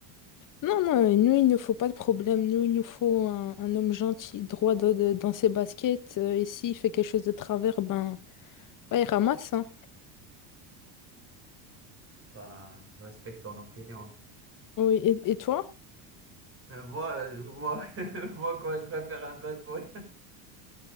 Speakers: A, on the left; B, on the right.
A: Non non, nous il ne faut pas de problème, nous il nous faut un, un homme gentil, droit de- de- dans ses baskets euh, et s'il fait quelque chose de travers ben bah, il ramasse hein.
B: Bah, je respecte ton opinion.
A: Oui, et, et toi?
B: Mais moi, euh, moi, <laughs> moi, quoi, je préfère un bad boy.